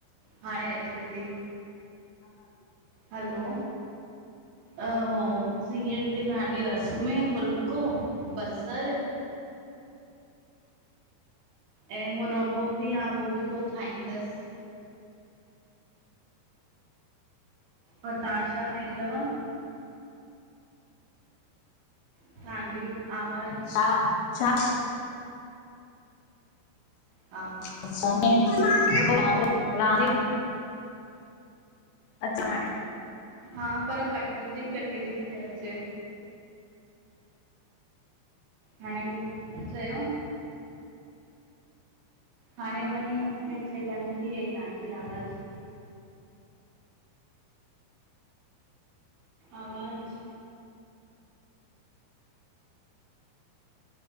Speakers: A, on the right (about 75°); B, on the left (about 80°).
A: हाणे अचे थी, हलो अहो, सिॻिन जी भाॼी रस में फुलको बसर ऐं मुरब्बो बि आहे उहो बि पोइ खाईंदसि ऐं तव्हां छा खाईंदव? तव्हांजी आवाज़
B: छा? अच्छा
A: हा
B: <unintelligible> अच्छा हाणे
A: हा पर कटिजी कटिजी थी अचे। हाणे चयो हाणे वरी नथी अचे बंदि थी वई तव्हांजी आवाज़ आवाज़